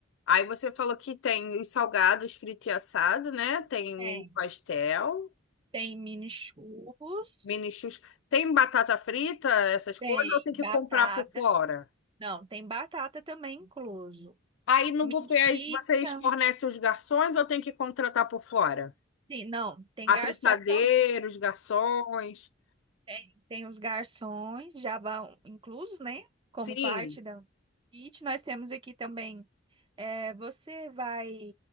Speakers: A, on the left; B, on the right.
A: Aí você falou que tem os salgados frito e assado, né? Tem mini
B: Tem.
A: pastel,
B: Tem mini churros.
A: mini chus. Tem batata frita, essas
B: Tem
A: coisas, ou tem
B: batata.
A: que comprar por fora?
B: Não, tem batata também incluso.
A: Aí no
B: Mini
A: buffet aí
B: pizza.
A: vocês fornecem os garçons ou tem que contratar por fora?
B: Sim, não, tem
A: A
B: garçom
A: fritadeira,
B: também.
A: os garçons.
B: Tem, tem os garçons já vão inclusos, né? Como
A: Sim.
B: parte da kit. Nós temos aqui também É, você vai